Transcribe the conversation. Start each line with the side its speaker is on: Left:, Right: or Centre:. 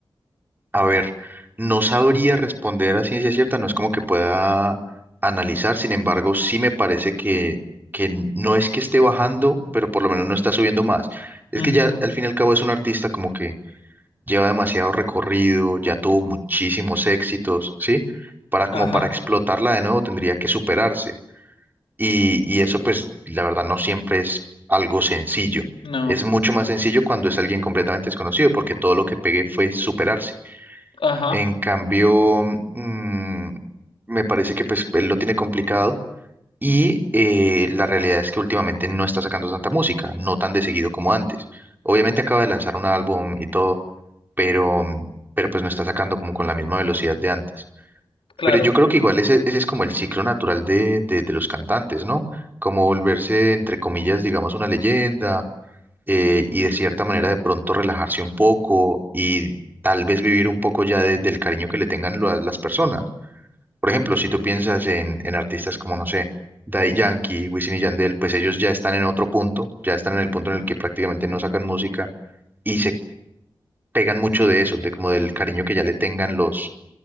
Right: A ver, no sabría responder a ciencia cierta, no es como que pueda analizar, sin embargo, sí me parece que, que no es que esté bajando, pero por lo menos no está subiendo más. Es
Left: Ujú,
Right: que ya al fin y al cabo es un artista como que lleva demasiado recorrido, ya tuvo muchísimos éxitos, ¿sí? Para como
Left: Ajá,
Right: para explotarla de nuevo tendría que superarse. Y, y eso pues la verdad no siempre es algo sencillo.
Left: no,
Right: Es mucho más sencillo cuando es alguien completamente desconocido, porque todo lo que pegue fue superarse.
Left: ajá,
Right: En cambio, mm, me parece que pues él lo tiene complicado y eh, la realidad es que últimamente no está sacando tanta música, no tan de seguido como antes. Obviamente acaba de lanzar un álbum y todo, pero, pero pues no está sacando como con la misma velocidad de antes.
Left: claro.
Right: Pero yo creo que igual ese, ese es como el ciclo natural de, de, de los cantantes, ¿no? Como volverse, entre comillas, digamos, una leyenda eh, y de cierta manera de pronto relajarse un poco y tal vez vivir un poco ya de- del cariño que le tengan lo- las personas. Por ejemplo, si tú piensas en, en artistas como, no sé, Daddy Yankee, Wisin y Yandel, pues ellos ya están en otro punto, ya están en el punto en el que prácticamente no sacan música y se pegan mucho de eso, de como del cariño que ya le tengan los,